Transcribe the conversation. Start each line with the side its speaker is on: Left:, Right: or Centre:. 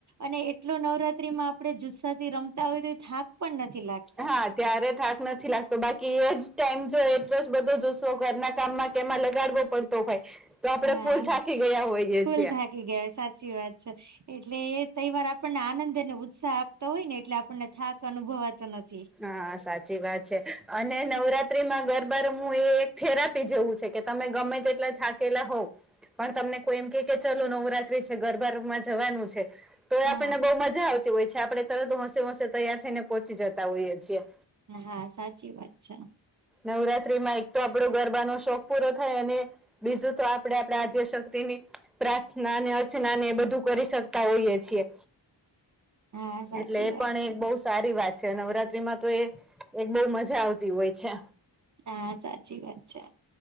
Right: અને એટલો નવરાત્રી માં આપડે જુસ્સા થી રમતા હોય તોય થાક પણ નથી લાગતો.
Centre: હા ત્યારે થાક નથી લાગતો બાકી એ જ ટાઈમ જો એટલો જ બધો જુસો ઘરના કામમાં કેમાં લગાડવો પડતો તો હોય તો આપણેે
Right: હા
Centre: ફૂલ થાકી ગયા હોઈએ
Right: ફૂલ
Centre: છીએ.
Right: થાકી સાચી વાત છે. એટલે એ તયવાર આપણને આનંદ અને ઉત્સાહ આપતો હોય ને એટલે આપણને થાક અનુભવાતો નથી.
Centre: હા સાચી વાત છે અને નવરાત્રીમાં ગરબા રમવું એ એક થેરાપી જેવું છે કે તમે ગમે તેટલા થાકેલા હોવ પણ તમને કોઈ એમ કે કે ચલો નવરાત્રી છે ગરબામાં જવાનું છે તો એ
Right: હા
Centre: આપણને બહુ મજા આવતી હોય છે આપણે તરત હોંશે હોશે તૈયાર થઈને પહોંચી જતા હોઈએ છીએ.
Right: હા સાચી વાત છે.
Centre: નવરાત્રી માં એક તો આપણો ગરબાનો શોખ પૂરો થાય અને બીજું તો આપડે આપડા આધ્ય શક્તિની પ્રાર્થનાને અર્ચના ને એ બધું કરી શકતા હોઈએ છીએ
Right: હા સાચી
Centre: એટલે એ
Right: વાત
Centre: પણ
Right: છે.
Centre: એક બહુ સારી વાત છે નવરાત્રી માં તો એ એક બહું મજા આવતી હોય છે.
Right: હા સાચી વાત છે.